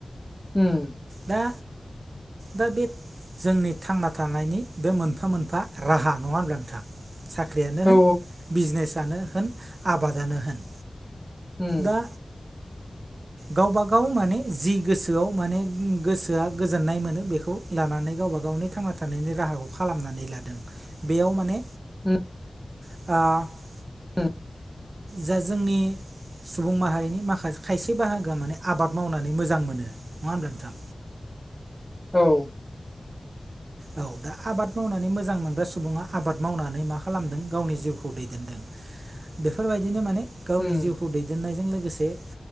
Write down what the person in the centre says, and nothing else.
हम
औ
उम
उम
<inaudible>
औ
उम